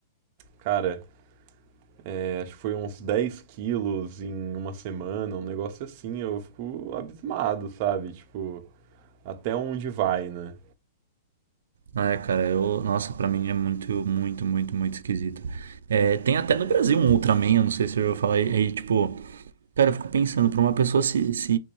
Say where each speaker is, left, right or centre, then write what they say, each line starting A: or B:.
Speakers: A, on the right (about 30°); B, on the right (about 85°).
A: Cara, é, acho que foi uns 10 quilos em uma semana, um negócio assim. Eu fico abismado, sabe? Tipo, até onde vai, né?
B: Ah, é, cara, eu, nossa, pra mim é muito, muito, muito, muito esquisito. É, tem até no Brasil um Ultraman, eu não sei se eu vou falar aí, tipo, Cara, eu fico pensando, para uma pessoa se, se